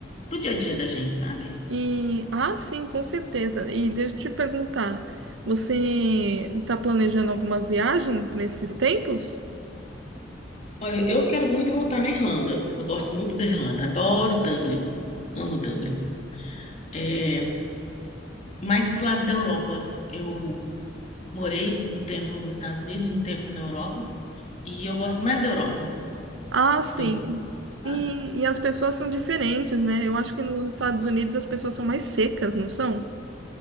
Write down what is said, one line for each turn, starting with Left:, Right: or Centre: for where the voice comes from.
Left: pro dia a dia da gente, sabe?
Right: E ah, sim, com certeza. E deixa eu te perguntar, você está planejando alguma viagem para esses tempos?
Left: Olha, eu quero muito voltar na Irlanda. Eu gosto muito da Irlanda, adoro Dublin, amo Dublin. É, mais pro lado da Europa, eu Morei um tempo nos Estados Unidos, um tempo na Europa, e eu gosto mais da Europa.
Right: Ah, sim.
Left: Do- ah,
Right: E, e as pessoas são diferentes, né? Eu acho que nos Estados Unidos as pessoas são mais secas, não são?